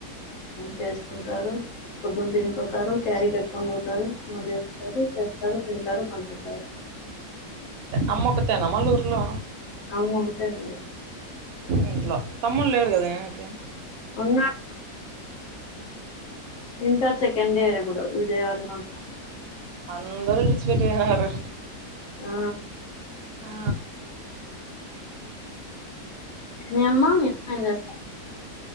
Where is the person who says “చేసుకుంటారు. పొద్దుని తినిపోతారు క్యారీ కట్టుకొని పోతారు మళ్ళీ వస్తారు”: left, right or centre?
Left